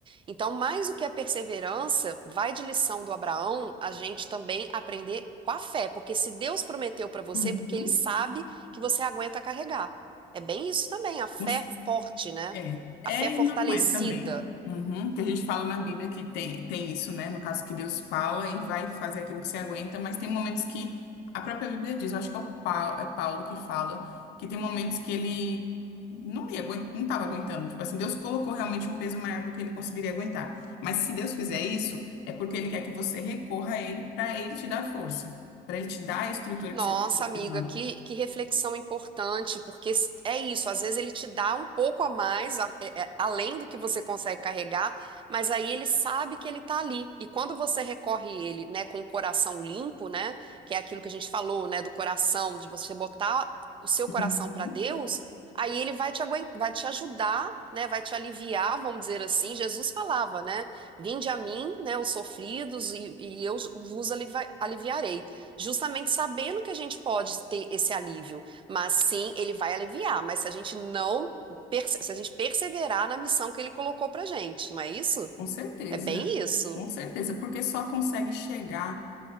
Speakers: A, on the right; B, on the left.
A: Então, mais do que a perseverança, vai de lição do Abraão, a gente também aprender com a fé, porque se Deus prometeu para você,
B: Uhum.
A: é porque ele sabe que você aguenta carregar. É bem isso também, a fé
B: uhum.
A: forte, né?
B: É, é
A: A fé fortalecida.
B: e não é também. Uhum. Que a gente fala na Bíblia que tem, tem isso, né? No caso que Deus fala e vai fazer aquilo que você aguenta, mas tem momentos que a própria Bíblia diz, eu acho que é o Paulo, é Paulo que fala, que tem momentos que ele não ia, aguen- não estava aguentando. Tipo assim, Deus colocou realmente um peso maior do que ele conseguiria aguentar. Mas se Deus fizer isso, é porque ele quer que você recorra a ele para ele te dar força, para ele te dar a estrutura
A: Nossa,
B: que você está precisando.
A: amiga, que, que reflexão importante, porque s- é isso, às vezes ele te dá um pouco a mais, a- é- é- além do que você consegue carregar, mas aí ele sabe que ele está ali. E quando você recorre a ele, né, com o coração limpo, né, que é aquilo que a gente falou, né, do coração, de você botar o seu coração
B: Uhum.
A: para Deus, aí ele vai te aguentar, vai te ajudar, né, vai te aliviar, vamos dizer assim. Jesus falava, né, vinde a mim, né, os sofridos, e, e eu vos alivi- aliviarei. Justamente sabendo que a gente pode ter esse alívio, mas sim, ele vai aliviar, mas se a gente não, perse- se a gente perseverar na missão que ele colocou pra gente, não é isso?
B: Com certeza,
A: É bem isso.
B: com certeza, porque só consegue chegar.